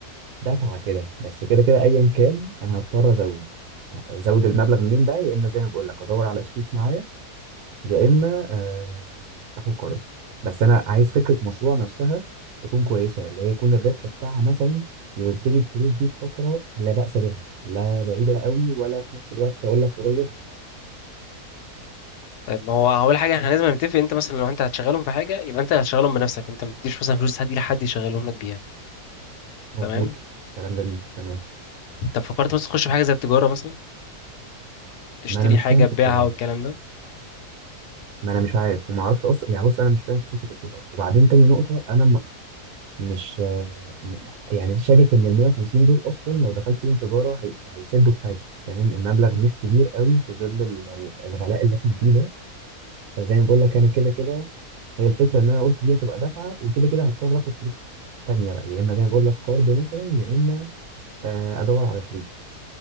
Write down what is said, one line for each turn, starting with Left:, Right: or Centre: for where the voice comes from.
Right: دفعه كده بس كده كده ايا كان انا هضطر ازود ازود المبلغ منين بقى يا اما زي ما بقول لك ادور على شريك معايا يا اما آه، اخد قرض بس انا عايز فكره مشروع نفسها تكون كويسه اللي هي يكون الربح بتاعها مثلا يرد لي الفلوس دي في فتره لا بأس بها لا بعيده قوي ولا في نفس الوقت اقول لك قريب
Left: طيب ما هو اول حاجه احنا لازم نتفق انت مثلا لو انت هتشغلهم في حاجه يبقى انت هتشغلهم بنفسك انت ما تديش مثلا فلوس حد لحد يشغلهم لك بيها
Right: مظبوط
Left: تمام
Right: كلام جميل تمام
Left: طب فكرت مثلا تخش في حاجه زي التجاره مثلا تشتري
Right: ما انا مش
Left: حاجه
Right: فاهم في
Left: تبيعها
Right: التجاره
Left: والكلام ده
Right: ما انا مش عارف وما اعرفش اصلا يعني بص انا مش فاهم في سكه التجاره وبعدين تاني نقطه انا م... مش آه، م... يعني شاكك ان ال 150 دول اصلا لو دخلت يوم تجاره هي... هيسدوا في حاجه فاهم المبلغ مش كبير قوي في ظل ال- ال- الغلاء اللي احنا فيه ده فزي ما بقول لك انا كده كده هي الفكره ان انا قلت دي هتبقى دفعه وكده كده هضطر اخد فلوس تانية بقى يا اما زي ما بقول لك كارد مثلا يا اما آه، ادور على شريك